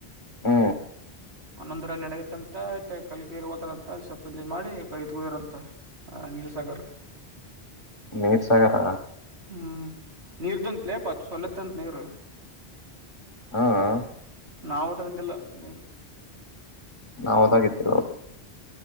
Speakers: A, on the left; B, on the right.
A: ಹ್ಞ
B: ಒಂದೊಂದರ ನಡಗೈತ್ ಅಂತ ಆಯ್ತ ಕಲ್ಗಿರ್ ಹೋದಾರ ಅಂತ ಸಲ್ಪ್ ಎಂಜಾಯ್ ಮಾಡಿ ಕಡೆ ಹೋದಾರ ಅಂತ ಹ ನೀಲ ಸಾಗರ್
A: ನೀಲ್ ಸಾಗರ
B: ಹ್ಮ್ ನೀರ್ ತುಂಬ್ತ್ಲೆ ಪತ್ ಸೊಲ್ಲತ್ತಂತ್ತ್ ನೀರು.
A: ಹಾ ಆ
B: ನಾವು ತಗ್ದಿಲ್ಲ ನೀರು
A: ನಾವ್ ಹೋದಾಗಿತ್ರಿ ಹೌದು.